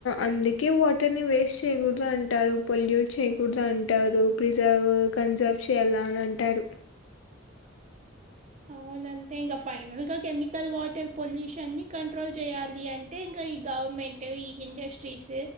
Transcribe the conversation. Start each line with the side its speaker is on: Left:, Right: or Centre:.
Left: అందుకే వాటర్ ని వేస్ట్ చేయ్యకూడదు అంటారు పొల్యూట్ చేయకూడదు అంటారు ప్రిజర్వ్ కన్జర్వ్ చేయ్యాల అని అంటారు
Right: అవునంటే ఇంకా ఫైనల్ గా కెమికల్ వాటర్ పొల్యూషన్ ని కంట్రోల్ చేయాలి అం అంటే ఇంక ఈ గవర్నమెంట్ ఈ industries